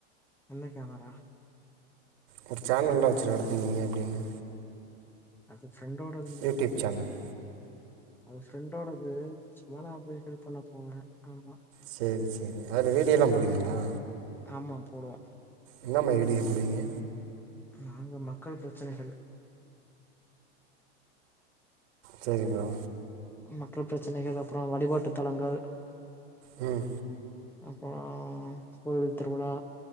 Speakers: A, in the centre; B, on the right.
A: என்ன கேமரா
B: புடிச்சா நல்லா வச்சு நடத்துவீங்க அப்டினு
A: அது ஃப்ரண்டோடதுங்க
B: யூடியூப் சேனல்
A: அது ஃப்ரெண்டோடது மோனா போய் ஹெல் பண்ண போவேன் ஆமா
B: செரி சரி அதுல வீடியோல்லாம் போடுவீங்களா
A: ஆமா போடுவ
B: என்ன மாரி வீடியோ போடுவீங்க
A: நாங்க மக்கள் பிரச்சனைகள்
B: சேரி ப்ரோ
A: மக்கள் பிரச்சனைகள் அப்றோ வழிபாட்டுத் தலங்கள்
B: உம்
A: அப்புறோம் கோயில் திருவுழா